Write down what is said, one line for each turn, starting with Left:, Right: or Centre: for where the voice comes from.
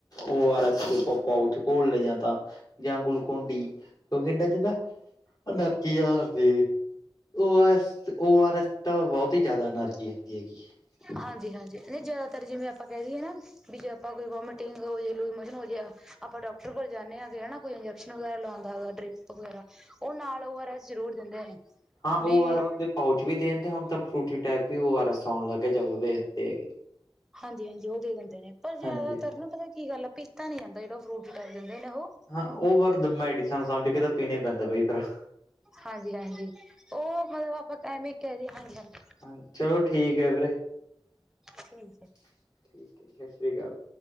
Left: ਉ ਆਰ ਐਸ ਦੇ ਪਾਉਚ ਘੋਲ ਲਏ ਜਾਂ ਤਾਂ ਜਾਂ ਗੁਲ <unintelligible> ਕਿਉੰਕਿ ਇਹਨਾ ਚ ਨਾ ਐਨਰਜੀ ਜਿਆਦਾ ਹੁੰਦੀ, O R S. O R S ਤਾਂ ਬਹੁਤ ਹੀ ਜ਼ਿਆਦਾ ਐਨਰਜੀ ਹੁੰਦੀ ਹੈਗੀ।
Centre: ਹਾਂਜੀ ਹਾਂਜੀ ਨਹੀਂ ਜਿਆਦਾਤਰ ਜਿਵੇਂ ਆਪਾਂ ਕਹਿ ਦਈਏ ਨਾ ਵੀ ਜੇ ਆਪਾਂ ਕੋਈ ਵੋਮੀਟਿੰਗ ਹੋ ਜੇ ਲੂਜਮੋਸਨ ਹੋ ਗਿਆ, ਆਪਾਂ ਡਾਕਟਰ ਕੋਲ ਜਾਂਨੇ ਹੈਗੇ ਆ ਨਾ ਕੋਈ ਇੰਜੈਕਸ਼ਨ ਵਗੈਰਾ ਲਾਵਾਂਦਾ ਹੈਗਾ ਡਰਿਪ ਵਗੈਰਾ ਉਹ ਨਾਲ ਉ ਆਰ ਐਸ ਜ਼ਰੂਰ ਦਿੰਦੇ ਹੈਗੇ
Left: ਹਾਂ
Centre: ਬੀ
Left: ਓ ਆਰ ਐਸ ਦੇ ਪਾਊਚ ਵੀ ਦੇ ਦੇਂਦੇ ਹੁਣ ਤਾਂ ਫਰੂਟੀ ਟਾਈਪ ਵੀ ਉ ਆਰ ਐਸ ਆਉਣ ਲੱਗ ਗਿਆ ਜਾ ਓਹ ਦੇ ਦੇਂਦੇ ਹੈਗੇ।
Centre: ਹਾਂਜੀ ਹਾਂਜੀ ਉਹ ਦੇ ਦਿੰਦੇ ਨੇ ਪਰ ਜ਼ਿਆਦਾਤਰ
Left: ਹਾਂਜੀ ਹਾਂਜੀ।
Centre: ਨਾ ਪਤਾ ਕੀ ਗੱਲ ਆ ਪੀਤਾ ਨੀ ਜਾਂਦਾ ਜੇੜਾ ਫਰੂਟ <unintelligible> ਕਰ ਦਿੰਦੇ ਨੇ ਉਹ।
Left: ਹਾਂ ਉਹ ਪਰ ਮੈਡੀਸਨ ਸਮਝ ਕੇ ਤਾਂ ਪੀਣਾ ਈ ਪੈਂਦਾ ਦਵਾਈ ਤਰਹ।
Centre: ਹਾਂਜੀ ਹਾਂਜੀ ਉਹ ਮਤਲਬ ਆਪਾਂ ਐਵੇਂ ਕਹਿ ਦੀਏ ਹਾਂਜੀ ਹਾਂਜੀ।
Left: ਚਲੋ। ਚਲੋ ਠੀਕ ਹੈ ਵੀਰੇ।
Centre: ਠੀਕ ਹੈ।
Left: ਸਤਿ ਸ੍ਰੀ ਅਕਾਲ।